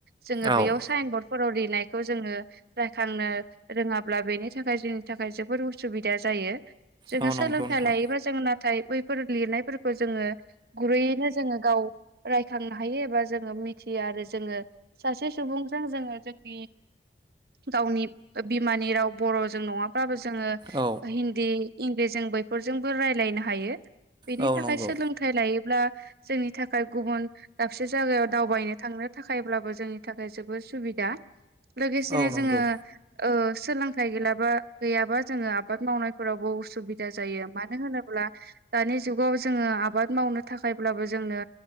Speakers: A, on the right (about 60°); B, on the right (about 25°).
A: जोङो
B: औ
A: बेयाव साइन बरर्ड फोराव लिरनायखौ जोङो रायखांनो रोङाब्ला बेनि थाखाय जोंनि थाखाय जोबोद उसुबिदा जायो जायो जोङो
B: औ
A: सोलोंथाइ
B: नंगौ नोंथां
A: लायोबा जोंनो थाइ बैफोर लिरनायफोरखौ जोङो गुरैयैनो जोङो गाव राय थांनो हायो एबा जोङो मिथियो आरो जोङो सासे सुबुंजों जोङो जोंनि गावनि बिमानि राव बर'जों नङा बाबो जोङो
B: औ
A: हिन्दी इंलिसजों बैफोरजोंबो राय्लायनो हायो बेनि
B: औ
A: थाखाय
B: नंगौ
A: सोलोंथाइ लायोब्ला जोंनि थाखाय गुबुन दाबसे जायगायाव दावबायनो थांनो थाखायब्लाबो जोंनि थाखाय जोबोद सुबिदा लोगोसेनो
B: औ नंगौ
A: जोङो ओ सोलोंथाइ गैलाबा गैयाबा जोङो आबाद मावनायफोरावबो उसुबिदा जायो मानो होनोब्ला दानि जुगाव जोङो आबाद मावनो थाखायब्लाबो जोंनो